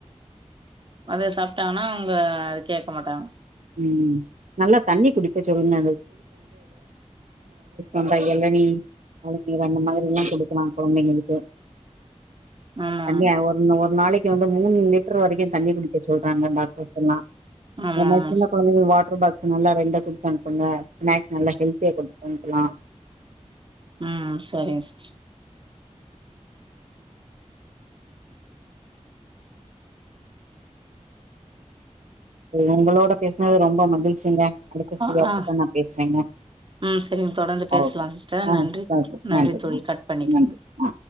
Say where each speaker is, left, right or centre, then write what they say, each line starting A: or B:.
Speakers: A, on the right; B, on the right.
A: அத சாப்டாங்னா அவுங்க கேக்க மாட்டாங்க
B: ம் நல்லா தண்ணி குடிக்க சொல்லுங்க அந்த எளனி எளநீர் அந்த மாதிரிலா குடுக்கலா கொழந்தைங்களுக்கு
A: ஆமா
B: தண்ணியா
A: ஆமா
B: ஒர் ஒரு நாளைக் வந்து மூணு லிட்ரு வரைக்கு தண்ணி குடிக்க சொல்றாங்க டாக்டர்ஸ் எல்லா
A: ஆமாமா
B: இந்த மாரி சின்ன கொழந்தைங்கள் வாட்ரு பாட் நல்லா ரெண்ட குடுத்து அனுப்புங்க ஸ்நாக்ஸ் நல்லா ஹெல்த்தியா குடுத்து அனுப்பலா
A: ம் சரிங் சிஸ்
B: ஒங்களோட பேசுனது ரொம்ப மகிழ்ச்சிங்க அடுத்த ஃப்ரீயா
A: ஆ
B: இருக்கப்ப
A: ஆ
B: நா பேசுறேங்க
A: ம் செரிங்க தொடர்ந்து பேசலா
B: ஓகே
A: சிஸ்டர்
B: ஆ
A: நன்றி
B: சரி
A: நன்றி
B: நன்றிங்க
A: தோழி கட் பண்ணிக்கங்க
B: நன்றி ஆ